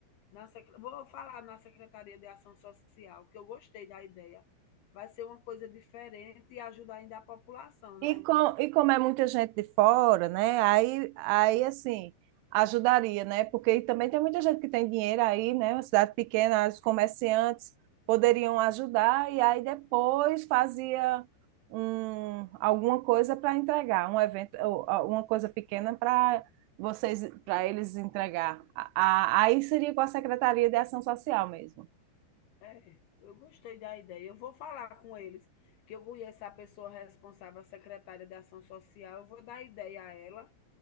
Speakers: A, on the left (about 70°); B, on the right (about 85°).
A: Na sec- Vou falar na Secretaria de Ação Social, que eu gostei da ideia. Vai ser uma coisa diferente e ajudar ainda a população,
B: E,
A: né?
B: com, e como é muita gente de fora, né? Aí, aí assim, ajudaria, né? Porque também tem muita gente que tem dinheiro aí, né? Uma cidade pequena, os comerciantes poderiam ajudar e aí depois fazia um, alguma coisa para entregar, um evento, ou, ou, uma coisa pequena para vocês, para eles entregar. A- a- aí seria com a Secretaria de Ação Social mesmo.
A: É, eu gostei da ideia. Eu vou falar com eles, que eu conheço a pessoa responsável, a secretária de Ação Social. Eu vou dar ideia a ela,